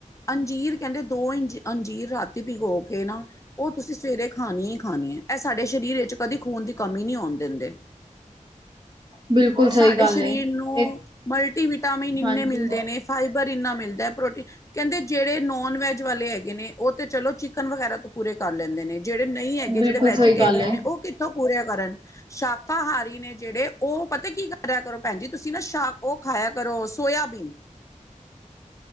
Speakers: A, on the left; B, on the right.
A: ਅੰਜੀਰ ਕਹਿੰਦੇ ਦੋ ਅੰ ਅੰਜੀਰ ਰਾਤੀ ਭਿਗੋ ਕੇ ਨਾ ਉਹ ਤੁਸੀਂ ਸਵੇਰੇ ਖਾਣੀ ਈ ਖਾਣੀ ਐ ਇਹ ਸਾਡੇ ਸਰੀਰ ਵਿੱਚ ਕਦੇ ਖੂਨ ਦੀ ਕਮੀ ਨਹੀਂ ਆਉਣ ਦਿੰਦੇ।
B: ਬਿਲਕੁਲ ਸਹੀ
A: ਸਾਡੇ
B: ਗੱਲ
A: ਸਰੀਰ
B: ਏ
A: ਨੂੰ
B: ਇੱਕ
A: ਮਲਟੀਵਿਟਾਮਿਨ ਇੰਨੇ
B: ਹਾਂਜੀ
A: ਮਿਲਦੇ ਨੇ ਫਾਈਬਰ ਇੰਨਾ ਮਿਲਦਾ ਪ੍ਰੋਟੀਨ ਕਹਿੰਦੇ ਜਿਹੜੇ ਨੋਨ ਵੈਜ ਵਾਲੇ ਹੈਗੇ ਨੇ ਉਹ ਤੇ ਚਲੋ ਚਿਕਨ ਵਗੈਰਾ ਤੋਂ ਪੂਰੇ ਕਰ ਲੈਂਦੇ ਨੇ ਜਿਹੜੇ ਨਹੀਂ ਹੈਗੇ
B: ਬਿਲਕੁਲ
A: ਜਿਹੜੇ ਵੈਜੀਟੇਰੀਅਨ
B: ਸਹੀ ਗੱਲ ਏ
A: ਨੇ ਉਹ ਤੋਂ ਪੂਰੀ ਕਰਨ ਸ਼ਾਕਾਹਾਰੀ ਨੇ ਜਿਹੜੇ ਉਹ ਪਤਾ ਕੀ ਕਰਿਆ ਕਰੋ ਭੈਣ ਜੀ ਤੁਸੀਂ ਨਾ ਸ਼ ਉਹ ਖਾਇਆ ਕਰੋ ਸੋਇਆਬੀਨ